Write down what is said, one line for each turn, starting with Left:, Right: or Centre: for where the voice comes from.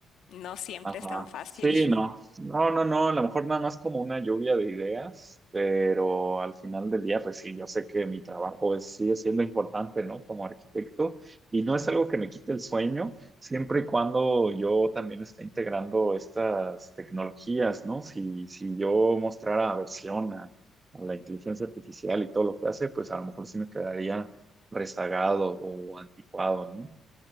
Left: no siempre
Right: ajá.
Left: es tan fácil.
Right: Sí, no.
Left: <laughs>
Right: No, no, no. A lo mejor nada más como una lluvia de ideas, pero al final del día, pues sí, yo sé que mi trabajo es, sigue siendo importante, ¿no? Como arquitecto, y no es algo que me quite el sueño, siempre y cuando yo también esté integrando estas tecnologías, ¿no? Si, si yo mostrara aversión a, a la inteligencia artificial y todo lo que hace, pues a lo mejor sí me quedaría rezagado o anticuado, ¿no?